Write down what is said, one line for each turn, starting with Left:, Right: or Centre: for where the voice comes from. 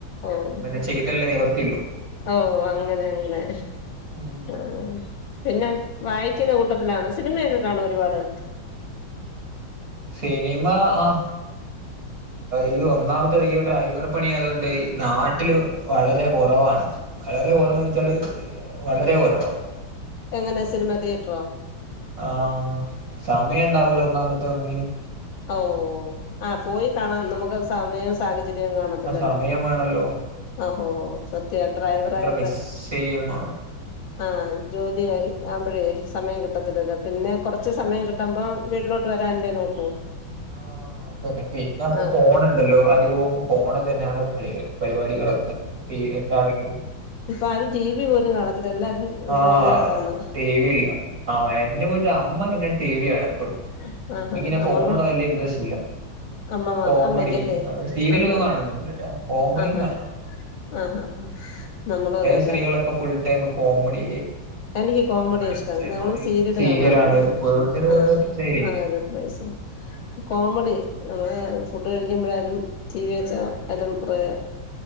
Left: ഓഹ്
Right: പിന്നെ ചെയ്തല്ലേ നിവർത്തിയുള്ളൂ
Left: ഓഹ് അങ്ങനെ അങ്ങനെ
Right: ഉം.
Left: ആഹ് പിന്നെ വായിക്കുന്ന കൂട്ടത്തിലാന്ന സിനിമയൊക്കെ കാണോ ഒരുപാട്
Right: സിനിമ ആഹ്
Left: <inaudible>
Right: ഈ ഒന്നാമത്തത് ഈ ഡ്രൈവർ പണി ആയതുകൊണ്ടേ നാട്ടില് വളരെ കുറവാണ്. വളരെ കുറവ് ന്ന് വെച്ചാല് വളരെ കുറവാണ്
Left: എങ്ങനെ സിനിമാ തിയേറ്ററോ
Right: ആഹ് സമയം ഉണ്ടാവൂല ഒന്നാമത്തെ ഒന്നിനും
Left: ആഹ് ഓ ഓ ഓഹ് ആഹ് പോയി കാണാൻ നമുക്ക് സമയവും സാഹചര്യവും കാണത്തില്ല
Right: സമയമാണല്ലോ
Left: ആഹ്ഹോ ഒഹോ സത്യവാ ഡ്രൈവർ ആയിട്ട്
Right: മിസ് ചെയ്യുന്ന
Left: ആഹ് ജോലി ആവുമ്പോഴേ സമയം കിട്ടത്തില്ലല്ലോ പിന്നെ കുറച്ച് സമയം കി ട്ടുമ്പം വീട്ടിലോട്ട് വരാനല്ലേ നോക്കൂ
Right: ആഹ് അത് തന്നെ പിന്നെ അപ്പോ
Left: ആഹ്
Right: ഫോണുണ്ടല്ലോ അധികവും ഫോണ് തന്നെയാണ് കളികൾ പരിപാടികളൊക്കെ തീ എന്താണെങ്കിലും
Left: ഇപ്പ ആരും ടി വി പോലും കാണത്തില്ല എല്ലാരും
Right: ആഹ്
Left: ഫോണിനകത്താണ്
Right: ടി വി ഇല്ല ആഹ് എന്റെ വീട്ടില് അമ്മ പിന്നെ ടി വിയാണ് എപ്പോഴും
Left: <inaudible>
Right: ക്കിങ്ങനെ ഫോണോട്
Left: അമ്മമ്മ
Right: വലിയ ഇൻടറസ്റ്റ് ഇല്ല
Left: അമ്മമാർ
Right: കോമഡി
Left: അമ്മയ്ക്കല്ലേ
Right: സീരിയലൊന്നും
Left: ആഹ്
Right: കാണൊന്നും ഇല്ലട്ടാ കോമഡീ
Left: ആഹ്
Right: കാണാ
Left: ആഹ് ആഹ് ആഹ് നമ്മളും അത് പോലെ
Right: സ്ത്രീകളൊക്കെ ഫുൾ ടൈം കോമഡി
Left: എനിക്ക് കോമഡി
Right: കോമഡിയാണ്
Left: ഇഷ്ടവാണ്
Right: ചെലോര്
Left: ഞങ്ങളും സീരിയല്
Right: സീരിയലാണ്
Left: കാണാറില്ല
Right: ഓരോരുത്തരും
Left: ആഹ്
Right: ഓരോരോ ഇതായിരിക്കും
Left: ആഹ് അതൊക്കെ പൈസ കോമഡി നമ്മള് ഫുഡ് കഴിക്കുമ്പോഴാലും ടി വി വെച്ചാലും അയിൽ മ്പ്രെ